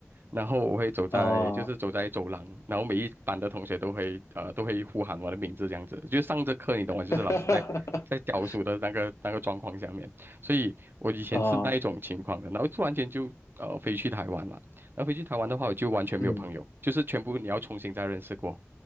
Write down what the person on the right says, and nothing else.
然后我会走在就是走在走廊，
然后每一班的同学都会呃都会呼喊我的名字这样子，就上着课你懂吗？就是老师在在教书的那个那个状况下面。
所以我以前是那一种情况的，
然后突然间就呃飞去台湾了。然后飞去台湾的话，我就完全没有朋友，
就是全部你要重新再认识过，